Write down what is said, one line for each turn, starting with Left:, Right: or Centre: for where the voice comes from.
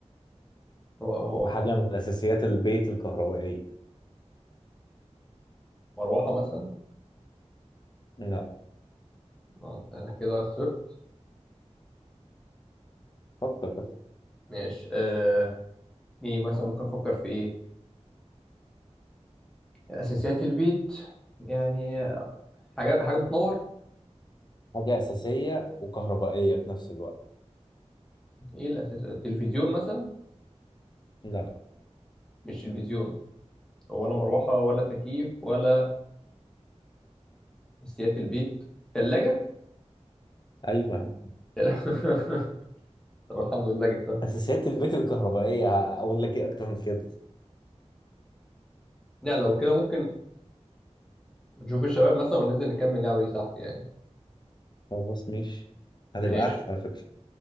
Centre: هو هو
Left: وحاجة
Centre: صح
Left: من أساسيات البيت الكهربائية
Centre: مروحة مثلا؟
Left: لا
Centre: آه، أنا كده خسرت
Left: فكر بس
Centre: ماشي آه، ايه مثلا ممكن أفكر في ايه؟ أساسيات البيت يعني آه، حاجة حاجة بتنور؟
Left: حاجة أساسية وكهربائية في نفس الوقت
Centre: ايه الأساس؟ التلفزيون مثلا؟
Left: لا
Centre: مش تلفزيون ولا مروحة ولا تكييف ولا اساسيات البيت تلاجة
Left: أيوة
Centre: <laughs> طب الحمد لله جبتها
Left: اساسيات البيت الكهربائيه هقول لك ايه اكتر من كده
Centre: لا لو كده ممكن <clears throat> نشوف الشباب مثلا وننزل نكمل اللعبة دي تحت يعني
Left: خلاص ماشي هتبقى
Centre: ماشي
Left: احلى على فكرة